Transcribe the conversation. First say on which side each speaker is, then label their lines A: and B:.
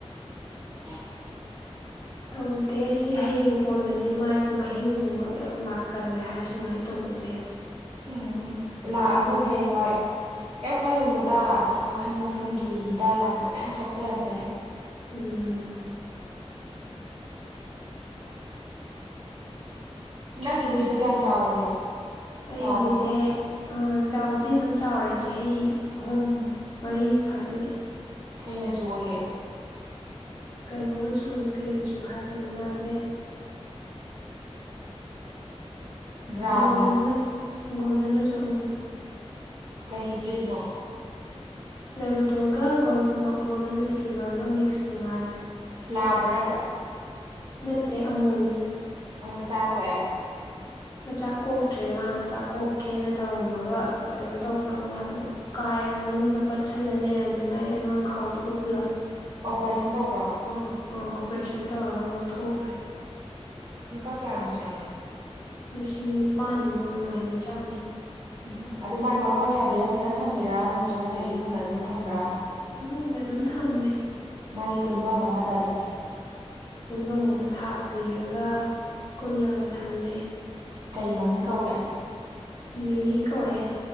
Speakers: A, on the right (about 60°); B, on the left (about 35°).
A: <unintelligible>
B: ꯇꯧꯗꯦ ꯁꯤ ꯍꯌꯦꯡ ꯀꯣꯟꯅꯗꯤ ꯃꯥꯏꯁꯦ ꯃꯍꯤꯡꯒꯨꯝꯕ ꯌꯥꯝ ꯂꯥꯛꯀꯜꯂꯦ ꯍꯥꯏ ꯁꯨꯃꯥꯏꯅ ꯇꯧꯕꯁꯦ
A: ꯎꯝ ꯂꯥꯛꯑꯁꯨ
B: ꯈꯪꯗꯦ
A: ꯍꯌꯦꯡꯋꯥꯏ ꯀꯩꯝ ꯈꯜꯂꯨꯅꯨꯇ ꯃꯈꯟ ꯃꯈꯟꯒꯤ
B: ꯎꯝ
A: ꯍꯤꯗꯥꯛ ꯂꯥꯡꯊꯛ ꯃꯌꯥꯝ ꯊꯣꯛꯆꯔꯛꯆꯅꯤ
B: ꯎꯝ
A: ꯅꯪꯒꯤ ꯍꯨꯏꯗꯨꯣ ꯀꯌꯥꯝ ꯆꯥꯎꯔꯒꯦ
B: ꯑꯩ
A: ꯆꯥꯎꯕ
B: ꯍꯨꯏꯁꯦ
A: ꯃꯥꯜꯂꯦ
B: ꯆꯥꯎꯕꯗꯤ ꯑꯗꯨꯝ ꯆꯥꯎꯔꯦ ꯆꯍꯤ ꯑꯍꯨꯝ ꯃꯔꯤ ꯐꯥꯖꯤꯜꯂꯑꯦ
A: ꯀꯩ ꯃꯆꯨ ꯑꯣꯏꯒꯦ
B: ꯀꯩꯅꯣ ꯃꯆꯨꯅꯤ ꯀꯩ ꯃꯆꯨ ꯍꯥꯏꯗꯣꯏꯅꯣ ꯃꯥꯁꯦ
A: ꯕ꯭ꯔꯥꯎꯟꯂꯣ
B: ꯒꯣꯜꯗꯟ ꯒꯣꯜꯗꯟ ꯃꯆꯨ ꯎꯝ
A: ꯀꯔꯤꯔꯤꯕ ꯕ꯭ꯔꯤꯠꯅꯣ
B: ꯂꯦꯕꯦꯇꯣꯔꯒ ꯒꯣꯜꯗꯟ ꯔꯤꯇ꯭ꯔꯤꯕꯔꯒ ꯃꯤꯛꯁꯅꯦ ꯃꯥꯁꯦ
A: ꯂꯥꯕꯔꯕ
B: ꯅꯠꯇꯦ ꯑꯃꯣꯝꯅꯤ
A: ꯑꯗꯨꯗꯤ ꯃꯆꯥ ꯀꯣꯛꯌꯦ
B: ꯃꯆꯥ ꯀꯣꯛꯇ꯭ꯔꯦ ꯃꯥ ꯃꯆꯥ ꯀꯣꯛꯀꯦꯅ ꯇꯧꯔꯝꯃꯒ ꯀꯩꯅꯣ ꯇꯧꯈ꯭ꯔꯕ ꯃꯥꯗꯣ ꯀꯥꯏꯔꯕ ꯃꯅꯨꯡꯗ ꯄꯠꯁꯤꯜꯂ ꯂꯩꯔꯝꯃꯦ ꯃꯥꯏ ꯑꯉꯥꯡ ꯈꯥꯎꯗꯨꯒ ꯄꯨꯂꯞ
A: ꯑꯣꯄꯔꯦꯁꯟ ꯇꯧꯕ꯭ꯔꯣ
B: ꯎꯝ ꯎꯝ ꯑꯣꯄꯔꯦꯁꯟ ꯇꯧꯔꯒ ꯂꯧꯊꯣꯛꯈ꯭ꯔꯦ
A: ꯂꯨꯄꯥ ꯀꯩꯌꯥ ꯃꯨꯛ ꯆꯪꯉꯤ
B: ꯂꯤꯁꯤꯡ ꯅꯤꯄꯥꯟ ꯃꯨꯛ ꯑꯗꯨꯃꯥꯏꯅ ꯆꯪꯉꯦ
A: ꯎꯝ ꯑꯗꯨ ꯃꯥꯏ ꯃꯀꯣꯟ ꯁꯥꯕꯤꯔ ꯐꯖꯅ ꯊꯝꯕꯤꯔ ꯅꯠꯇ꯭ꯔꯒ ꯅꯣꯏ ꯏꯃꯨꯡꯗ ꯑꯗꯨꯝ ꯊꯝꯕ꯭ꯔꯥ
B: ꯏꯃꯨꯡꯗ ꯑꯗꯨꯝ ꯊꯝꯃꯦ
A: ꯃꯥꯒꯤ ꯀꯨꯟꯐꯝ ꯑꯃꯗ ꯑꯗꯨꯝ
B: ꯀꯨꯟꯐꯝ
A: ꯎꯝ
B: ꯑꯃ ꯊꯥꯕꯤꯔꯒ ꯀꯨꯜꯂꯒ ꯊꯝꯃꯦ
A: ꯀꯩ ꯃꯃꯤꯡ ꯀꯧꯒꯦ
B: ꯃꯤꯂꯤ ꯒꯧꯋꯦ